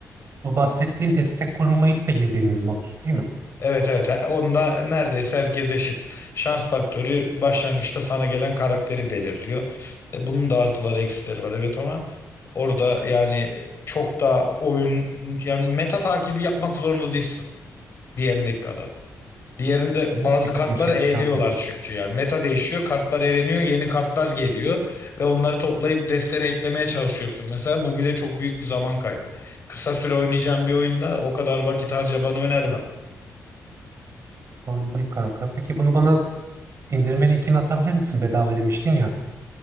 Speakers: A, on the right; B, on the left.
A: Bu bahsettiğin destek kurmayıp da girdiğimiz mod değil mi?
B: Evet evet He- onda neredeyse herkes eşit. Şans faktörü başlangıçta sana gelen karakteri belirliyor. E, bunun da artıları eksileri var evet ama orada yani çok da oyun yani meta takibi yapmak zorunda değilsin diğerindeki kadar. Diğerinde
A: Anladım.
B: bazı
A: O da dikkatimi
B: kartları
A: çekti
B: eğliyorlar
A: kanka.
B: çünkü yani. Meta değişiyor, kartlar eğleniyor, yeni kartlar geliyor ve onları toplayıp destene eklemeye çalışıyorsun. Mesela bu bile çok büyük bir zaman kaybı. Kısa süre oynayacağım bir oyunda o kadar vakit harcamanı önermem.
A: Anladım kanka. Peki bunu bana indirme linkini atabilir misin? Bedava demiştin ya.